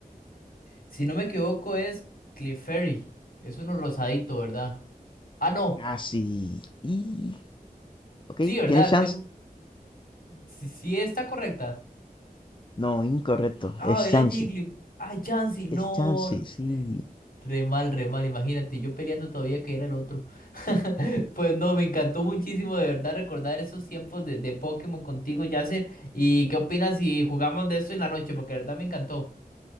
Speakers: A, on the left; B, on the left.
A: Si no me equivoco, es Clefairy. Es uno rosadito, ¿verdad? Ah, no.
B: Casi. Y... Ok,
A: Sí, ¿verdad?
B: ¿tienes chance?
A: Tengo. Sí, sí está correcta.
B: No, incorrecto.
A: Ah,
B: Es
A: era
B: Chansey.
A: Jigglypuff. Ah, Chansey, no.
B: Es Chansey,
A: r-
B: sí.
A: Re mal, re mal, imagínate, yo peleando todavía que era el otro. <laughs> Pues no, me encantó muchísimo de verdad recordar esos tiempos de, de Pokémon contigo, Yasser. ¿Y qué opinas si jugamos de eso en la noche? Porque de verdad me encantó.